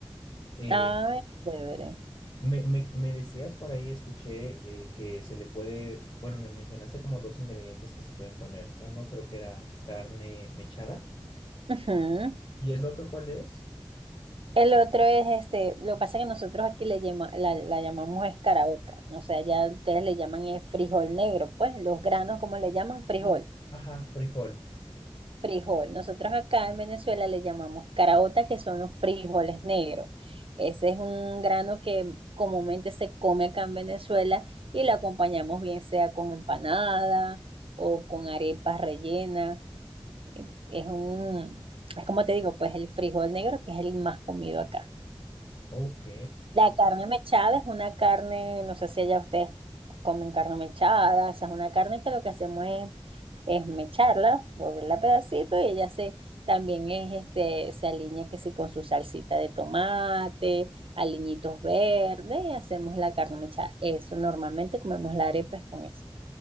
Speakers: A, on the left (about 50°); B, on the right (about 70°).
A: Eh,
B: Ay, chévere.
A: Me, me- me decías por ahí, escuché eh, que se le puede, bueno, me mencionaste como dos ingredientes que se pueden poner. Uno creo que era carne mechada
B: Ujú.
A: y el otro ¿cuál es?
B: El otro es este, lo que pasa es que nosotros aquí le llama- la, la llamamos escarabota, ¿no? o sea, ya ustedes le llaman eh, frijol negro, pues los granos como le llaman frijol,
A: Ah, Ajá, frijol.
B: frijol. Nosotros acá en Venezuela le llamamos caraota, que son los frijoles negros. Ese es un grano que comúnmente se come acá en Venezuela y lo acompañamos bien sea con empanada o con arepas rellenas. Es un, es como te digo, pues el frijol negro que es el más comido acá.
A: Ok.
B: La carne mechada es una carne, no sé si allá ustedes comen carne mechada, esa es una carne que lo que hacemos es, es mecharla, volverla a pedacitos y ella se también es este, se alinea que sí con su salsita de tomate, aliñitos verdes y hacemos la carne mechada. Eso normalmente comemos la arepa es con eso.